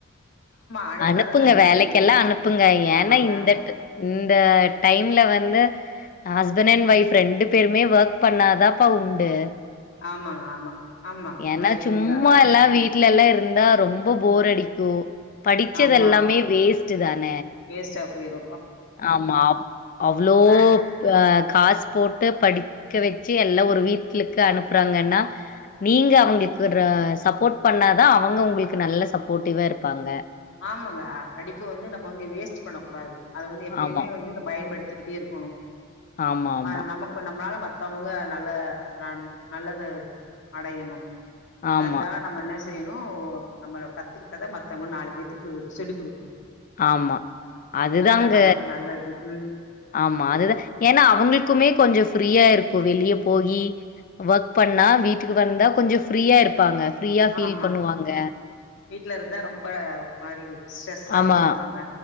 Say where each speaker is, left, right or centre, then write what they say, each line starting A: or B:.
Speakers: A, on the left; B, on the left.
A: அனுப்புனாதா
B: அனுப்புங்க
A: நல்லது
B: வேலைக்கெல்லா அனுப்புங்க ஏனா
A: ஆமாங்க
B: இந்தட்டு இந்த டைம்ல வந்து அ ஹஸ்பண் அண் ஒய்ஃப் ரெண்டு பேருமே ஒர்க் பண்ணாதாப்பா உண்டு
A: ஆமாங்க ஆமா ஆமா
B: ஏனா
A: லைஃப்
B: சும்மாலா
A: வந்து நல்லா இருக்கு
B: வீ ட்லலா இருந்தா ரொம்ப போர் அடிக்கு படிச்சதெல்லாமே
A: ஆமா
B: வேஸ்ட்டு தான
A: வேஸ்ட்டா போய்ரு
B: ஆமா அவுளவோ
A: மேக்ஸ்
B: இப்ப காஸ் போட்டு படிக்க வச்சு எல்லா ஒரு வீட்லுக்கு அனுப்புறாங்கனா நீங்க அவுங்ளுக்கு ஒரு சப்போட் பண்ணாதா அவுங்க உங்குளுக்கு நல்ல சப்போட்டிவா இருப்பாங்க
A: ஆமாங்க படிப்பு வந்து நம்ம வந்து வேஸ்ட் பண்ண கூடாது அத வந்து எப்பயுமே
B: ஆமா.
A: வந்து அத பயன்படுத்திக்கிட்டே இரு குணு
B: ஆமா, ஆமா.
A: மேல நம்ம இப்ப நம்ளால மத்தவ்ங்க நல்ல நன் நல்லது அடையணு
B: ஆமா,
A: அதுக்காக நம்ம என்ன செய்யணு நம்மள கத்துக்கிட்டத மத்தவ்ங்க நாலு பேர் கத்துக்குறதுக் சொல்லி குடுக்கணு
B: ஆமா அதுதாங்க
A: அதுதா நமக்கு நல்லது ம்
B: ஆமா அதுதா ஏனா அவுங்ளுக்குமே கொஞ்சோ ஃப்ரீயா இருக்கு வெளிய போயி ஒர்க் பண்ணா வீட்டுக்கு வந்தா கொஞ்சோ ஃப்ரீயா இருப்பாங்க ஃப்ரீயா ஃபீல்
A: ஆமா
B: பண்ணுவாங்க
A: வீட்ல இருந்தா ரொம்ப ஒரு மாரி ஸ்ட்ரெஸ்ஸாவு
B: ஆமா.
A: இருப்பாங்க